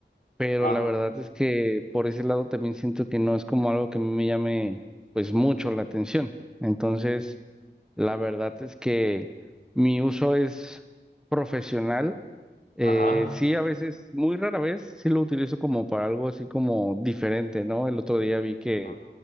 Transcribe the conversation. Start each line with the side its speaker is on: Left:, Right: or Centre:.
Centre: pero
Left: ajá,
Centre: la verdad es que por ese lado también siento que no es como algo que me llame pues mucho la atención. Entonces, la verdad es que mi uso es profesional eh,
Left: ajá,
Centre: sí, a veces, muy rara vez, sí lo utilizo como para algo así como diferente, ¿no? El otro día vi que
Left: ajá.